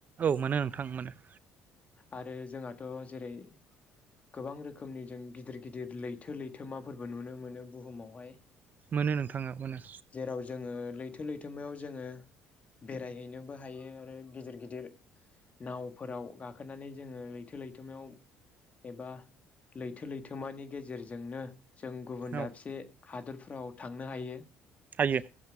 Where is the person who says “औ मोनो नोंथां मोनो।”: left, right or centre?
Right